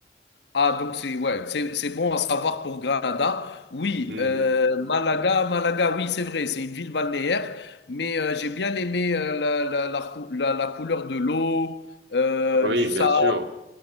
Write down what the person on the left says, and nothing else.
Ah, donc c'est ouais, c'est c'est bon à savoir pour Granada. Oui,
euh, Malaga, Malaga, oui, c'est vrai, c'est une ville balnéaire, mais euh, j'ai bien aimé euh, la, la, la, cou- la- la couleur de l'eau, euh,
du
sable.